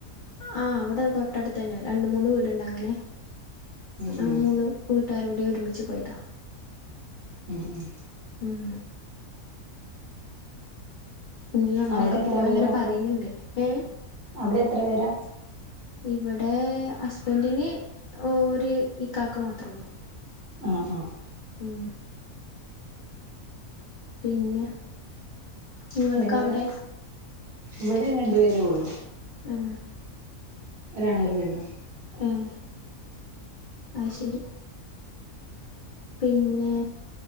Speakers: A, on the left (about 65°); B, on the right (about 50°).
A: ആഹ് അവിടെ തൊട്ടടുത്ത് തന്നെ രണ്ട് മൂന്ന് വീടുണ്ട് അങ്ങനെ
B: ഉം
A: ആഹ്
B: ഉം
A: മൂന്ന് വീട് ട്ടാരോടി ഒരുമിച്ച് പോയതാ
B: ഉം ഉം
A: ഉം ഇനിയും അങ്ങനെയൊക്കെ
B: അവിടെ എത്ര
A: പോണം
B: പേരാ
A: അങ്ങനെ
B: അപ്പൊ
A: പറയുന്നുണ്ട് ഏഹ്
B: അവിടെ എത്ര പേരാ
A: ഇവിടെ ഹസ്ബൻറിന് ഒരുര് ഈ കാക്ക മാത്രേ ഉള്ളൂ
B: ആഹ് ആഹ്
A: ഉം പിന്നെ നിങ്ങൾക്ക്
B: വേറെ
A: അവിടെ
B: ഇവിടെ രണ്ടു പേരേ ഉള്ളൂ
A: ഉം
B: ഒരാണും ഒരു പെണ്ണും
A: ഏഹ് ആത് ശരി പിന്നെ